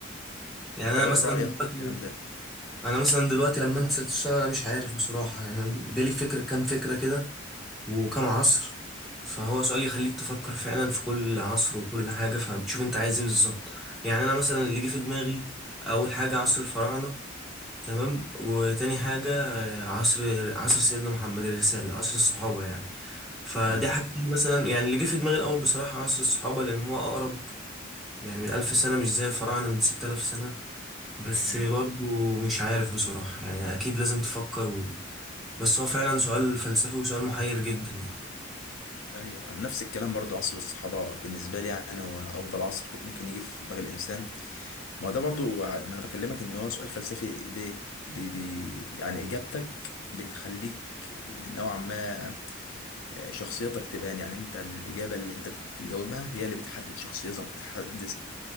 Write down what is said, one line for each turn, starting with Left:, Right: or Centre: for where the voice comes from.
Centre: يعني
Left: انت
Centre: أنا
Left: ايه
Centre: مثلا
Left: رايك
Centre: دلوقتي
Left: في الكلام ده
Centre: أنا مثلا دلوقتي لما أنت سألت السؤال أنا مش عارف بصراحة يعني أنا جالي فكرة كام فكرة كده وكام عصر فهو سؤال يخليك تفكر فعلا في كل عصر وكل حاجة فبتشوف أنت عايز إيه بالظبط يعني أنا مثلا اللي جه في دماغي أول حاجة عصر الفراعنة تمام وتاني حاجة آه، عصر عصر سيدنا محمد الرسالة عصر الصحابة يعني فدي
Left: ايوه
Centre: حاجتين مثلا يعني اللي جه في دماغي الأول بصراحة عصر الصحابة لأن هو أقرب يعني من ألف سنة مش زي الفراعنة من ست آلاف سنة بس
Left: مم.
Centre: برضو مش عارف بصراحة يعني أكيد لازم تفكر و... بس هو فعلا سؤال فلسفي وسؤال محير جدا يعني
Left: ايوه نفس الكلام برضو عصر الصحابه بالنسبه لي يعني هو افضل عصر ممكن يجي في دماغ الانسان ما هو ده برضو ع- ما انا بكلمك ان هو سؤال فلسفي ليه بي بي يعني اجابتك بتخليك نوعا ما شخصيتك تبان يعني انت الإجابة اللي انت بتجاوبها هي اللي بتحدد شخصيتك وتحدد